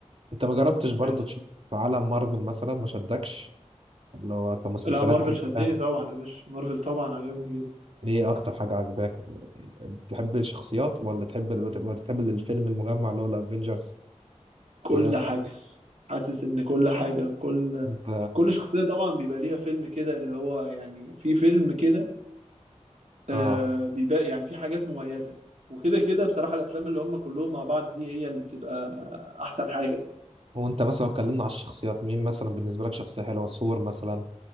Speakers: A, on the right; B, on the right.
A: انت ما جربتش برضه
B: حلو.
A: تشوف في عالم مارفل مثلا ما شدكش اللي هو كمسلسلات
B: لا مارفل
A: او
B: شدني
A: افلام
B: طبعا يا باشا مارفل طبعا عجبني جدا
A: ليه اكتر حاجه عجباك تحب الشخصيات ولا تحب ولا تحب الفيلم المجمع اللي هو الافينجرز
B: كل
A: ايه اكتر
B: حاجة حاسس ان كل حاجة كل
A: انت
B: كل شخصية طبعًا بيبقى ليها فيلم كده اللي هو يعني في فيلم كده آآ
A: اه
B: بيبقى يعني في حاجات مميزة، وكده، كده بصراحة الأفلام اللي هم كلّهم مع بعض دي هي اللي بتبقى أحسن حاجة.
A: وانت مثلا لو اتكلمنا على الشخصيات مين مثلا بالنسبه لك شخصيه حلوه ثور مثلا